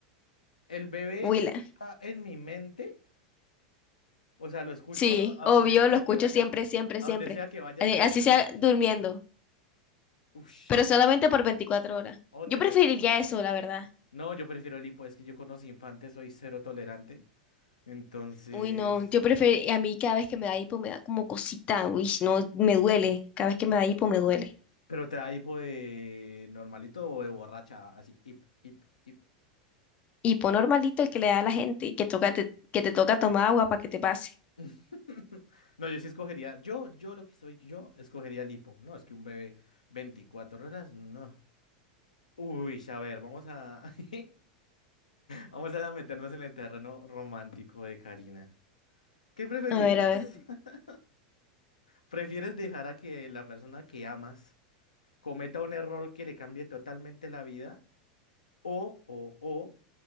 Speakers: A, on the left (about 85°); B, on the left (about 35°).
A: El bebé
B: Willa.
A: está en mi mente O sea, lo escucho
B: Sí,
A: a, a
B: obvio,
A: donde sea
B: lo escucho
A: que vaya,
B: siempre, siempre,
A: a
B: siempre.
A: donde sea que vaya,
B: Así
A: esté
B: así
A: donde
B: sea
A: esté.
B: durmiendo.
A: Ush,
B: pero solamente por 24 horas.
A: o
B: Yo
A: tener.
B: preferiría eso, la verdad.
A: No, yo prefiero el hipo, es que yo con los infantes soy cero tolerante. Entonces.
B: Uy, no, yo prefiero, a mí cada vez que me da hipo me da como cosita, uy, no, me duele, cada vez que me da hipo me duele.
A: Pero te da hipo de normalito o de borracha, así, hip, hip, hip.
B: Hipo normalito el que le da a la gente y que toca te- que te toca tomar agua para que te pase.
A: <laughs> No, yo sí escogería. Yo, yo lo que soy, yo escogería el hipo. No, es que un bebé 24 horas, no. Uy, a ver, vamos a. <laughs> Vamos a meternos en el terreno romántico de Karina. ¿Qué preferirías?
B: A ver, a ver,
A: <laughs> ¿Prefieres dejar a que la persona que amas cometa un error que le cambie totalmente la vida? O, o, o